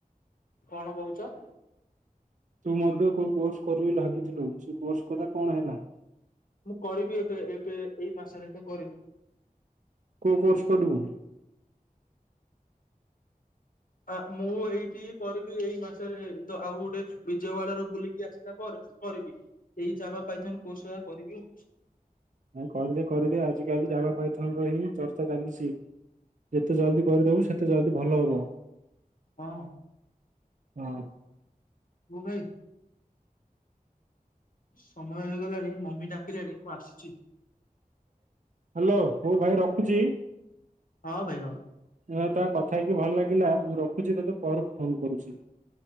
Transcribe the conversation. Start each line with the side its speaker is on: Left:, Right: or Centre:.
Left: କଣ କଉଚ
Right: ତୁ ମଧ୍ୟ କୋଉ କୋର୍ସ କରିବୁ ବୋଲି ଭାବିଥିଲୁ ସେ କୋର୍ସ କଥା କଣ ହେଲା।
Left: ମୁଁ କରିବି ଏବେ ଏବେ ଏଇ ମାସରେ ହିଁ କରିବି।
Right: କୋଉ କୋର୍ସ ପଡିବୁ
Left: ଆ ମୁଁ ଏଇଠି କରିବି ଏଇ ମାସରେ ଆଉ ଗୋଟେ ବିଜୟୱାଡାରୁ ବୁଲିକି ଆସିଲା ପରେ କରିବି ଏଇ ଯାବା ପାଇଥନ କୋର୍ସଗୁରା କରିବି ଆଉ
Right: ନାଇଁ କରିଦେ କରିଦେ ଆଜିିକାଲି ଜାଦ୍ଭା ପାଇଥନ ର ହିଁ ଚର୍ଚ୍ଚା ଚାଲିଛି। ଯେତେ ଜଲଦି କରିଦେବୁ ସେତେ ଜଲଦି ଭଲ ହବ।
Left: ହଁ
Right: ହଁ।
Left: ମୁ ଭାଇ। ସମୟ ହେଇଗଲାଣି ମମି ଡାକିଲେଣି ମୁଁ ଆସୁଚି।
Right: ହ୍ୟାଲୋ ମୁଁ ଭାଇ ରଖୁଚି।
Left: ହଁ ଭାଇ ହଁ।
Right: ଭାଇ ତା କଥା ହେଇକି ଭଲ୍‌ ଲାଗିଲା ମୁଁ ରଖୁଛି ତତେ ପରେ ଫୋନ କରୁଛି।